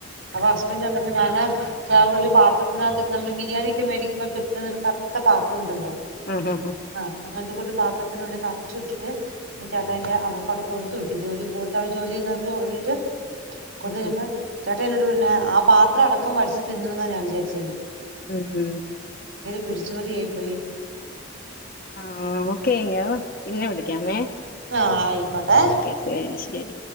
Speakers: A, on the right (about 80°); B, on the left (about 50°).
A: അപ്പൊ ഹസ്ബെന്റ് വന്നപ്പോ ഞാന് ഞാരു പാത്രത്തിനാത്ത് നമ്മള് <unintelligible> ബിരിയാണിയൊക്കെ മേടിക്കുമ്പോ കിട്ടുന്ന ഒരു റ്ത്ത പാത്രം ഉണ്ടല്ലോ
B: ആ ആഹ്ആ
A: ആഹ് അങ്ങനത്തെ കൂടി ഒരു പാത്രത്തിനുള്ളിൽ നിറച്ചു ഇട്ടിട്ട് ഞ ചേട്ടായിന്റെ അവർക്ക അവിടെ കൊടുത്ത് വിട്ടു ജോലിക്ക്‌ടെ ജോലി ചെയ്യുന്നവർക്ക് വേണ്ടിട്ട് കൊടുത്ത്
B: ആഹ്
A: കഴിഞ്ഞപ്പോം ചേട്ടന്നോട് രഞ്ഞെ ആ പാത്രം അടക്കം വടിച്ച് തിന്നുന്നാ ഞാൻ വിചാരിച്ചിരിന്ന്
B: ഹ് ഹ്
A: പിടിച്ചുപറിയായിപ്പോയി
B: ആ ഓക്കെങ് പിന്നെ വിളിക്കാമേ
A: ആ ആയിക്കോട്ടെ
B: ഓക്കെ ശരി ശരി